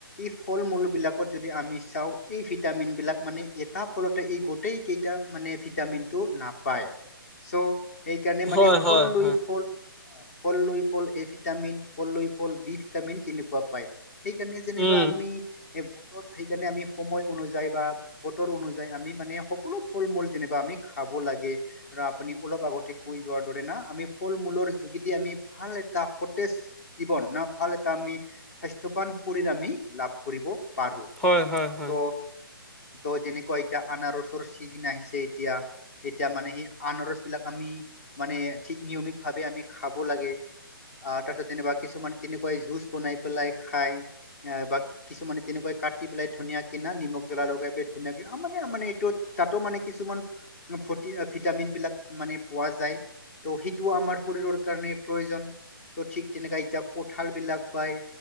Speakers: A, on the left; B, in the centre.
A: এই ফল-মূলবিলাকত যদি আমি চাওঁ এই ভিটামিনবিলাক মানে এটা ফলতে ই গোটেইকেইটা মানে ভিটামিনটো নাপা পায়, চ' সেইকাৰণে মানে
B: হয়
A: ফল
B: হয়
A: লই
B: হয়
A: ফল ফললৈ ফল এ ভিটামিন ফললৈ ফল বি ভিটামিন তেনেকুৱা পায়। সেইকাৰণে যেনিবা
B: উম
A: আমি এই বতৰ সেইকাৰণে আমি সময় অনুযায়ী বা বতৰ অনুযায়ী আমি মানে সকলো ফল-মূল যেনিবা আমি আমি খাব লাগে। আৰু আপুনি অলপ আগতে কৈ যোৱাৰ দৰে না আমি ফল-মূলৰ যোগেদি আমি ভাল এটা সতেজ জীৱন ন, ভাল এটা আমি স্বাস্থ্যৱান শৰীৰ আমি লাভ কৰিব পাৰো,
B: হয় হয় হয়
A: ত' ত' যেনেকুৱা এতিয়া আনাৰসৰ চিজন আহিছে এতিয়া এতিয়া মানে সেই আনাৰসবিলাক আমি মানে ঠিক নিয়মিতভাৱে আমি খাব লাগে। আহ তাৰ পিছত যেনা কিছুমানে তেনেকুৱাই জুচ বনাই পেলাই খাই আহ বা কিছুমানে তেনেকুৱা। কাটি পেলাই ধুনীয়া কিনা নিমখ জ্বলা লগাই পেলাই ধুনীয়াকে মানে মানে এইটো তাতো মানে কিছুমান। <unintelligible> ভিটামিনবিলাক মানে পোৱা যায় ত' সেইটোও আমাৰ শৰীৰৰ কাৰণে প্ৰয়োজন। ত' ঠিক তেনেকা এতিয়া কঁঠালবিলাক পায়।